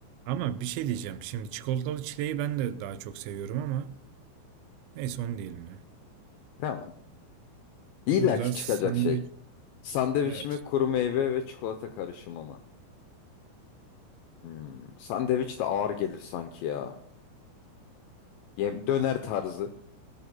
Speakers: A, on the right; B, on the left.
A: Ama bir şey diyeceğim. Şimdi çikolatalı çileği ben de daha çok seviyorum ama neyse onu diyelim ya.
B: Tamam. İlla
A: Burada
B: ki çıkacak
A: sandviç,
B: şey. Sandviç
A: evet.
B: mi, kuru meyve ve çikolata karışımı mı? Hmm, sandviç de ağır gelir sanki ya. Yem döner tarzı.